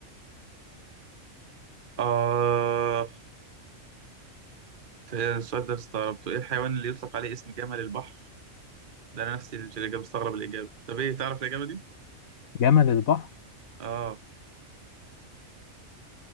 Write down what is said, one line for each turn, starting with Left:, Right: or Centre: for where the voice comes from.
Right: آه السؤال ده استغربته إيه الحيوان اللي يطلق عليه اسم جمل البحر؟ ده أنا نفسي اللي اللي مستغرب الإجابة طب إيه تعرف الإجابة دي؟
Left: <laughs> جمل البحر
Right: آه